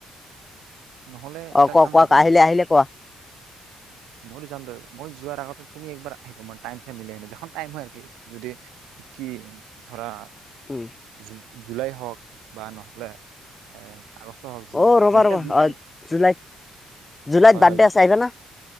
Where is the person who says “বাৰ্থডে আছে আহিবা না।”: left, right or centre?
Left